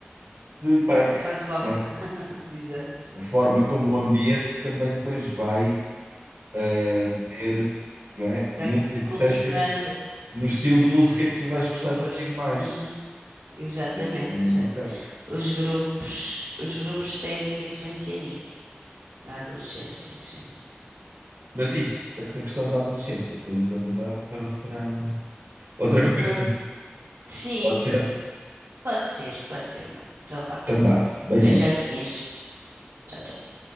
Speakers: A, on the right (about 65°); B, on the right (about 85°).
A: de punk.
B: Punk rock.
A: Pronto.
B: <laughs> Exato.
A: a forma como o ambiente também depois vai eh, ter, não é, muita
B: Vai
A: importância
B: cultivando
A: no, est- no estilo de música que tu vais gostar
B: o
A: de
B: gosto.
A: ouvir mais.
B: Uhum, Exatamente,
A: O ambiente também
B: exato.
A: é importante.
B: Os grupos, os grupos têm muita influência nisso. Na adolescência, sim.
A: Mas isso, essa questão da adolescência, podemos abordar para outra, outra conversa.
B: No... Sim,
A: Pode ser?
B: pode ser, pode ser, amor. Então vá.
A: Então vá, beijinho.
B: Beijoquinhas. Tchau, tchau.